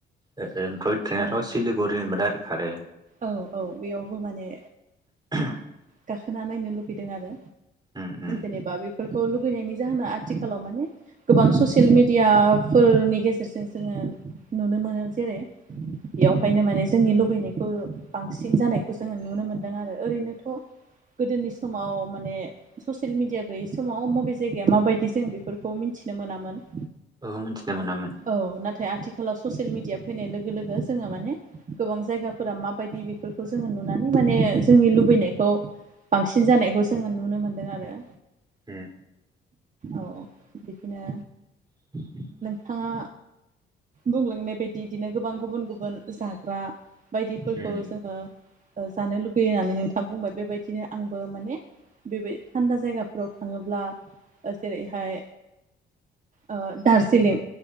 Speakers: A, on the right; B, on the right.
A: ओ ओ टय ट्रेनाथ'
B: औ
A: सिलिगुरिनिफ्राय डाइरेक खारो
B: औ औ बेयावबो माने
A: <inaudible>
B: गाखोना नायनो लुबैदों आरो
A: उम उम
B: जेनेबा बे बेफोरखौ लुगैनायनि जाहोना आथिखालाव माने गोबां ससियेल मेडियाफोरनि गेजेरजों जोङो नुनो मोनो जेरै बेयावहायनो माने जोंनि लुबैनायखौ बांसिन जानायखौ जोङो नुनो मोनदों आरो ओरैनोथ' गोदोनि समाव माने ससियेल मिडिया गैयै समाव मबे जायगाया माबायदि जों बेफोरखौ मिन्थिनो मोनामोन
A: ओहो मोनथिना मोनामोन
B: औ नाथाय आथिखालाव ससियेल मिडिया फैनाय लोगो लोगो जोङो माने गोबां जायगाफोरा माबायदि बेफोरखौ जोङो नुनानै माने जोंनि लुबैनायखौ बांसिन जानायखौ जोङो नुनो मोनदों आरो
A: उम
B: औ बिदिनो
A: <inaudible>
B: बिथाङा बुंलांनाय बायदि इदिनो गोबां गुबुन गुबुन जाग्रा बायदिफोरखौ
A: उम
B: जोङो जानो लुगैयो होननानै नोंथाङा बुंबाय बेबायदिनो आंबो माने बेबाय थान्दा जायगाफोराव थाङोब्ला जेरैहाय ओ दार्जिलिं